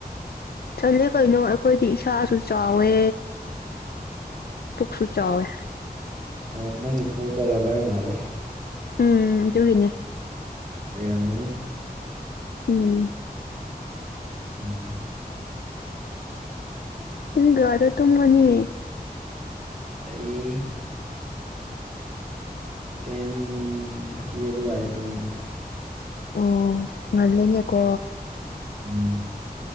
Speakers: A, on the left; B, on the right.
A: ꯆꯟꯂꯦ ꯀꯩꯅꯣ ꯑꯩꯈꯣꯏꯗꯤ ꯏꯁꯥꯁꯨ ꯆꯥꯎꯋꯦ ꯄꯨꯛꯁꯨ ꯆꯥꯎꯋꯦ
B: ꯑ ꯅꯪꯒꯤ ꯄꯨꯛꯇꯣ ꯔꯕꯔ ꯃꯥꯜꯂꯦ
A: ꯎꯝ ꯑꯗꯨꯒꯤꯅꯦ
B: ꯑꯣꯏꯔꯝꯒꯅꯤ
A: ꯎꯝ
B: ꯎꯝ
A: ꯄꯨꯡ ꯀꯌꯥꯗ ꯇꯨꯝꯃꯅꯤ
B: ꯑꯩ ꯇꯦꯟ ꯊꯥꯔꯇꯤ ꯑꯗꯨꯋꯥꯏꯗ ꯇꯨꯝꯕꯅꯦ
A: ꯑꯣ ꯉꯟꯂꯦꯅꯦꯀꯣ
B: ꯎꯝ